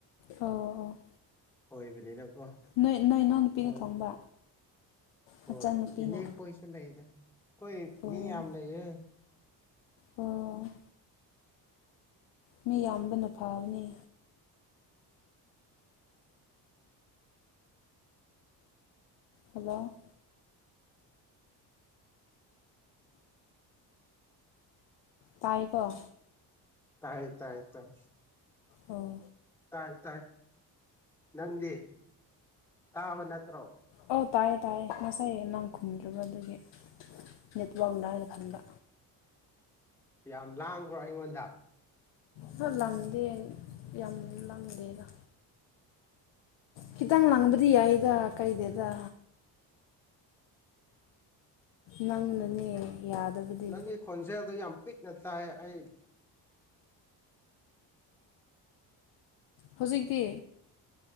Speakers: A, on the left (about 70°); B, in the centre.
A: ꯑꯣ ꯑꯣ꯫
B: ꯑꯣꯏꯕꯅꯤꯅꯀꯣ
A: ꯅꯣꯏ ꯅꯣꯏ ꯅꯥꯎꯄꯤꯅ
B: ꯃꯣꯏ
A: ꯊꯣꯡꯕ
B: ꯍꯣꯏ
A: ꯅꯆꯟꯅꯨꯄꯤꯅ
B: ꯏꯅꯦ ꯈꯣꯏꯁꯨ ꯂꯩꯗ ꯈꯣꯏ
A: ꯑꯣ
B: ꯃꯤ ꯌꯥꯝ ꯂꯩꯌꯦ
A: ꯑꯣ ꯃꯤ ꯌꯥꯝꯕꯅ ꯐꯕꯅꯤ ꯍꯜꯂꯣ ꯇꯥꯏꯀꯣ
B: ꯇꯥꯏ ꯇꯥꯏ ꯇꯥꯏ
A: ꯑꯣ
B: ꯇꯥꯏ ꯇꯥꯏ ꯅꯪꯗꯤ ꯇꯥꯕ ꯅꯠꯇ꯭ꯔꯣ
A: ꯑꯧ ꯇꯥꯏꯌꯦ ꯇꯥꯏꯌꯦ ꯉꯁꯥꯏ ꯅꯪ ꯈꯨꯝꯗ꯭ꯔꯕ ꯑꯗꯨꯒꯤ ꯅꯦꯠꯋꯥꯛꯅ ꯍꯥꯏꯅ ꯈꯟꯕ
B: ꯌꯥꯝ ꯂꯥꯡꯕ꯭ꯔ ꯑꯩꯉꯣꯟꯗ
A: ꯈꯥꯂꯥꯡꯗꯦꯡ ꯌꯥꯝ ꯂꯥꯡꯗꯦꯗ ꯈꯤꯇꯪ ꯂꯥꯡꯕꯗꯤ ꯌꯥꯏꯗ ꯀꯥꯏꯗꯦꯗ ꯅꯪꯅꯅꯦ ꯌꯥꯗꯕꯗꯤ
B: ꯅꯪꯒꯤ ꯈꯣꯟꯖꯦꯜꯗꯣ ꯌꯥꯝ ꯄꯤꯛꯅ ꯇꯥꯏ ꯑꯩ
A: ꯍꯧꯖꯤꯛꯇꯤ